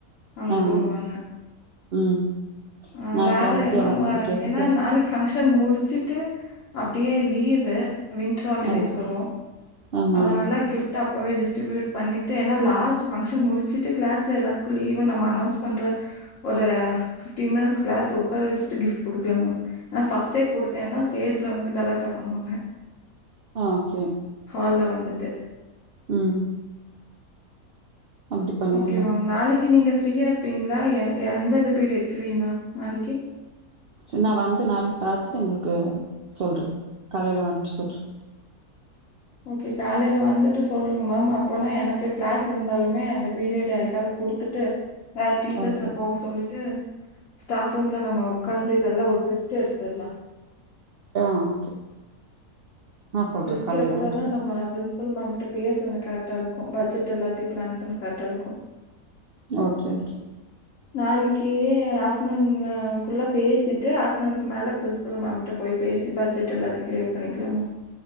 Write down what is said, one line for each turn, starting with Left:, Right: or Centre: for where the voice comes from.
Left: அங்க
Right: ஆமா.
Left: சொல்வாங்க
Right: ம்
Left: ஆ
Right: நாளைக்கு
Left: வேற
Right: வந்துட்டு
Left: என்னா
Right: எல்லாத்துக்கிட்ட
Left: ம
Right: கேட்டுட்டு
Left: ஏன்னா நாளைக்கு ஃபங்க்ஷன் முடிச்சுட்டு அப்டியே லீவு அ வின்ட்ரு ஹாலிடேஸ்
Right: ஆ
Left: வரும்
Right: ஆமா.
Left: அதனால கிஃப்ட ஆப் ப்பவே டிஸ்ட்ரிபியூட் பண்ணிட்டு ஏன்னா லாஸ்ட் ஃபங்க்ஷன் முடிச்சுட்டு கிளாஸ்ல எல்லாத்துக்கும் லீவுன் நம்ம அனவுன்ஸ் பண்ற ஒரு டி மேன்ட்ஸ் கிளஸ்ல உக்கார வெச்சிட்டு கிஃப்ட் குடுக்குலாங் மேம் அ ஃபஸ் ட்டே குடுத்தேன்னா ஸ்டேஜ்ல வந்துட் கலாட்டா பண்ணுவாங்க
Right: ஆ கே
Left: ஹால்ல வந்துட்டு
Right: ம் அப்படி பண்ணிரலாம்.
Left: ஓகே மேம் நாளைக்கு நீங்க ஃப்ரீயா இருப்பீங்களா எ எந்தெந்த பீரியட் ஃப்ரீ மேம் நாளைக்கு
Right: சரி நா வந்து நாளைக்கு பாத்துட்டு உங்களுக்கு சொல்ற காலையில வந்துட்டு சொல்ற
Left: ஓகே காலையில வந்துட்டு சொல்லுங்க மேம் அப்போனா எனக்கு கிளாஸ் இருந்தாலுமே அந்த பீரியட் யாருக்காவது குடுத்துட்டு வேற டீச்சர்ஸ
Right: ஓகே.
Left: போக சொல்லிட்டு ஸ்டாஃப் ரூம்ல நம்ம உக்காந்து இதெல்லா ஒரு லிஸ்ட் எடுத்துர்லா
Right: ஆஹ் ஓகே நான் சொல்றேன்.
Left: லிஸ்ட்
Right: காலையில
Left: எடுத்தாதா
Right: வந்துட்டு
Left: நம்ம அட்னன்ஸ் பல் மேம்ட்ட பேச எனக்கு கரெக்டா இருக்கு பட்ஜெட் எல்லாத்தையு பிளான் பண்ண கரெக்டா இருக்கு
Right: ஓகே ஓகே
Left: நாளைக்கு ஆஃப்டர் நூனுக்குள்ள பேசிட்டு ஆஃப்டர்நூனுக்கு மேல பிரின்ஸ்பல் மேம்கிட்ட போய் பேசி பட்ஜெட் எல்லாத்தையு கிளியர் பண்ணிக்கலாமா